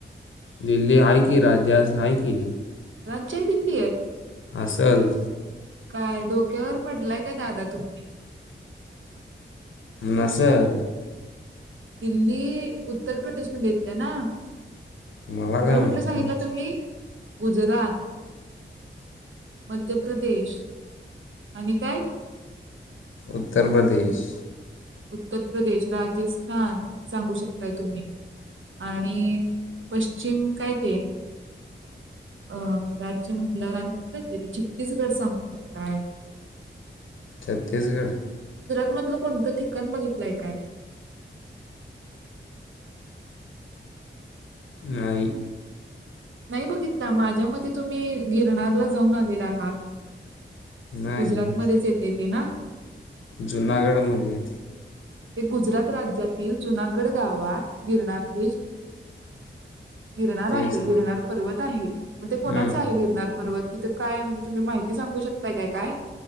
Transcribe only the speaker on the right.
राज्य दिल्ली आहेे
काय डोक्यावर पडलाय <inaudible> दादा तुम्ही.
दिल्ली उत्तर प्रदेशमध्ये येते ना?
कुठलं
कुठलं
सांगितलं तुम्ही? गुजरात, मध्य प्रदेश आणि काय?
उत्तर प्रदेश, राजस्थान सांगू शकताय तुम्ही आणि पश्चिम काय ते अं राज्य म्हटल्यावर आणि कुठलं ते छत्तीसगड सांगू शकताय.
मधलं कोणतं ठिकाण बघितलंय काय?
नाही बघितलं माझ्या मते तुम्ही गिरनारला जाऊन आलेला आहात.
गुजरातमध्येच येतंय ते ना?
ते गुजरात राज्यातील जुनागड गावात गिरणार हे गिरणार आहे.
गिरनार पर्वत आहे मग ते कोणाचं
आहे गिरनार पर्वत? तिथं काय हाय म्हणजे तुम्ही माहिती सांगू शकताय काय काय?